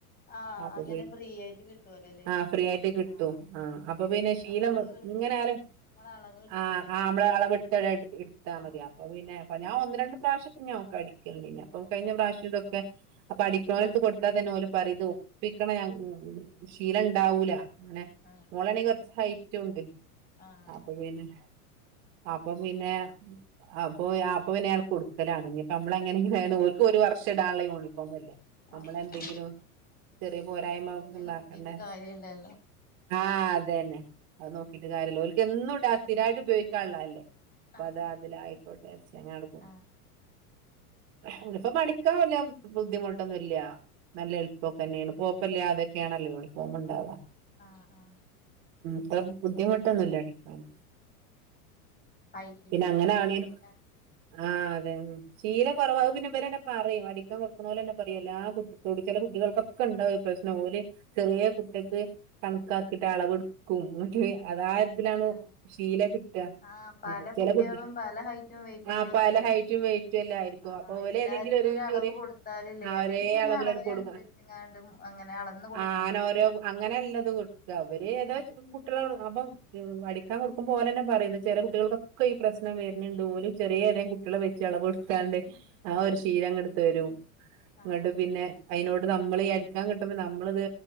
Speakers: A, on the left; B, on the right.
A: ആഹ്
B: അപ്പൊ
A: അങ്ങനെ ഫ്രീ ആയിട്ട് കിട്ടുവല്ലോല്ലേ
B: ആ ഫ്രീ ആയിട്ട് കിട്ടു
A: ആഹ്
B: ആ അപ്പൊ പിന്നെ.
A: നമ്മള് മേടിച്ചാണെ
B: എങ്ങനയാലും
A: പിന്നെ നമ്മള അളവ് എടുത്തല്ലേ
B: ആ ഞമ്മളെ പ്പെട്താണേൽ ഇട്ത
A: ആഹ്
B: മതി അപ്പൊ പിന്നെ. എ ഞാൻ ഒന്ന് രണ്ട് പ്രാവശ്യൊക്കെ ഞാനൊക്കെ അടിക്കല്ണ്ടേനി അപ്പൊ കഴിഞ്ഞ പ്രാവശ്യ ഇതൊക്കെ അപ്പൊ അടിക്കണോലെട്ത്ത് കൊടുത്ത. അപ്പ പിന്നെ ഓൽ പറിം ഒപ്പിക്കണ ശീലം ഉണ്ടാവൂല. അങ്ങനെ
A: ആഹ്
B: മോളണങ്കി കൊറച്ച് ഹൈറ്റുണ്ട്
A: ആഹ്
B: അപ്പൊ പിന്നെ. അപ്പൊ പിന്നെ അപ്പൊ അപ്പൊ പിന്നെ ഞാൻ കൊടുക്കലാണ് നിപ്പോ നമ്മളങ്ങനെങ്കിലും. തായാലും ഓൽക്ക് ഒരു വർഷം ഇടനുള്ള യൂണി ഫോമല്ലേ നമ്മളെന്തെങ്കിലും
A: അതന്നെ
B: ചെറിയ പോരായ്മക്കെ
A: അടിക്കൂലി
B: ഇണ്ടാക്കണ്ടേ.
A: നോക്കീട്ട് കാര്യല്ലല്ലോ
B: ആ അതന്നെ. അത് നോക്കിട്ട് കാര്യല്ല്യ ഒൽക്ക് എന്നും ഇട സ്ഥിരായിട്ട് ഉപയോഗിക്കാനിള്ളല്ലേ അപ്പ
A: അതെ
B: അത ആതിലായിക്കോട്ടെച്ച്. ചങ്ങട്ക്കും.
A: ആഹ്
B: യൂണിഫോം അടിക്കാൻ വെല്യ ബുദ്ധിമുട്ടൊന്നൂല്യ നല്ല എള്പ്പൊക്കെന്നെണ് പൊ. പൊല്യതക്കെണല്ല യൂണിഫോം ണ്ടാവാ.
A: ആഹ് ആഹ്.
B: ത്ര ബുദ്ധിമുട്ടൊന്നുല്യ അടിക്കാന്
A: കൈത്തിന്റെ
B: പിന്നെ
A: ഒരു
B: അങ്ങനെ
A: പ്രശ്നെള്ളുലെ.
B: ആവണേന് ആഹ് അതെ ശീല കുറവാ അത് പിന്നെ ഇവരെന്നെ പറയും അടിക്കാൻ കൊടുക്കുന്നോലെന്നേ പറിം എല്ലാ കുടിച്ചില. ട്ടികൾക്കൊക്കെ ഉണ്ടാവു പ്രശ്നം ഓല് ചെറിയ കുട്ടിക്ക് കണക്കാക്കിട്ട അളവ് ഇട് ക്കും ട്ട് അതായത്. തിലാണ്
A: ആഹ്
B: ഷീല കിട്ട
A: ആഹ് പല കുട്ടികളും
B: ചെല കുട്ടി
A: പല ഹൈറ്റും വെയിറ്റും
B: ആഹ്
A: അല്ലേക്കാരം
B: പല ഹയ്റ്റും വെയ് വയ്റ്റല്ലായിരിക്കും
A: ആഹ്
B: അപ്പൊ ഓല്
A: എല്ലാർക്കും
B: ഏതെങ്കിലൊരു
A: ഒരളവ്
B: ചെറിയ
A: കൊടുത്താലില്ലേ
B: ആ
A: അല്ലെങ്കി
B: ഒരേ
A: പിന്നെ
B: അളവിലെട്ക്കൊള്ളു.
A: അളവിനനുസരിച്ച്ങ്ങാണ്ട് അങ്ങനെ അളന്ന് കൊടുക്കാൻ
B: ആഹ് അനൊരു
A: പറയും
B: അങ്ങനല്ലത് കൊടുക്ക ഇവര് ഏതാ
A: ആഹ്
B: ക്കിള്ളോര് അപ്പം പി അടിക്കാ കൊടുക്കുമ്പോ ഓലന്നെ പറിം ഇത് ചെലകുട്ടികൾക്കൊക്കെ ഈ പ്രശണം വര്ന്ണ്ട് ഓൽ ചെറീ യെതെങ്കിലും കുട്ടിയ്യാളെ വെച്ച് അളവെട്ത്താണ്ട് ആ ഒരു ശീലങ്ങട്ട് തരും
A: ആഹ്
B: ഇന്നട്ട് പിന്നെ. അയിനോട് നമ്മള് അടിക്കാൻ കിട്ടുമ്പോ നമ്മളിത്